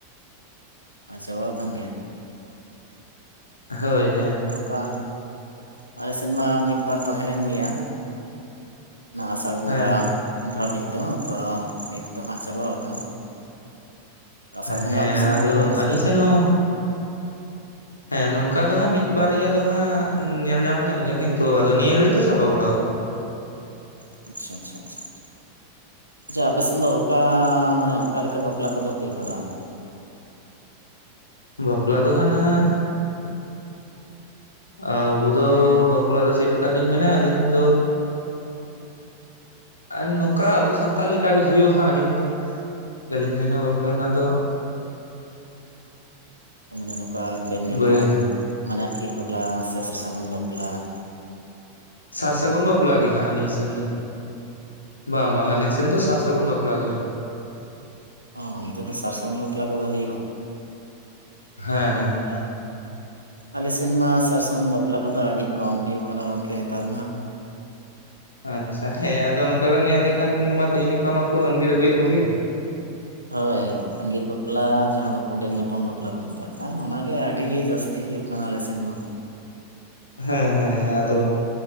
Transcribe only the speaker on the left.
ᱦᱳᱭ ᱦᱮᱸ
ᱦᱮᱸ
ᱦᱮᱸ
ᱟᱫᱚ
ᱟᱹᱞᱤᱧ
ᱥᱮᱱ ᱦᱚᱸ ᱦᱮᱸ ᱱᱚᱝᱠᱟ ᱫᱚ ᱦᱟᱸᱜ ᱢᱤᱫ ᱵᱟᱨᱭᱟ ᱫᱚ ᱦᱟᱸᱜ ᱧᱮᱞ ᱧᱟᱢ ᱟᱠᱟᱱ ᱜᱮᱭᱟ ᱠᱤᱱᱛᱩ ᱟᱫᱚ ᱱᱤᱭᱟᱹ ᱜᱷᱟᱹᱲᱤᱡ ᱫᱚ ᱪᱟᱵᱟ ᱵᱟᱲᱟᱣ ᱟᱠᱟᱱᱟ᱾
ᱵᱟᱯᱞᱟ ᱫᱚ ᱦᱟᱸᱜ ᱱᱟᱦᱟᱜ᱾ ᱟᱵᱩ ᱫᱚ ᱵᱟᱯᱞᱟ ᱫᱚ ᱪᱮᱫ ᱞᱮᱠᱟᱞᱤᱧ ᱢᱮᱱᱟ ᱟᱹᱞᱤᱧ ᱫᱚ ᱟᱨ ᱱᱚᱝᱠᱟ ᱟᱵᱚ ᱥᱟᱱᱛᱟᱲ ᱞᱮᱠᱟᱜᱮ ᱦᱩᱭᱩᱜᱼᱟ ᱦᱟᱸᱜ ᱟᱹᱞᱤᱧ ᱫᱚ᱾ ᱟᱹᱞᱤᱧ ᱢᱮᱱᱟ ᱵᱟᱯᱞᱟ ᱨᱮᱱᱟᱜ ᱫᱚ
ᱵᱟᱹᱭ
ᱥᱟᱨ ᱥᱟᱹᱜᱩᱱ ᱵᱟᱯᱞᱟ ᱜᱮ ᱦᱟᱸᱜ ᱟᱹᱞᱤᱧ ᱥᱮᱱ ᱫᱚ᱾ ᱵᱟᱝ ᱵᱟᱝ ᱟᱹᱞᱤᱧ ᱥᱮᱱ ᱫᱚ ᱥᱟᱨ ᱥᱟᱹᱜᱩᱱ ᱵᱟᱯᱞᱟ ᱜᱮ᱾
ᱦᱮᱸ ᱦᱮᱸ᱾
ᱟᱪᱪᱷᱟ ᱦᱮᱸ ᱟᱫᱚ ᱱᱚᱝᱠᱟ ᱵᱮᱱ ᱧᱮᱞ ᱞᱮᱠᱷᱟᱱ ᱢᱟ ᱛᱮᱦᱤᱧ ᱜᱟᱯᱟ ᱢᱟᱠᱚ ᱟᱸᱜᱤᱨ ᱟᱹᱜᱩᱭᱮᱫ ᱠᱚᱜᱮ᱾
ᱦᱮᱸ ᱦᱮᱸ ᱟᱫᱚ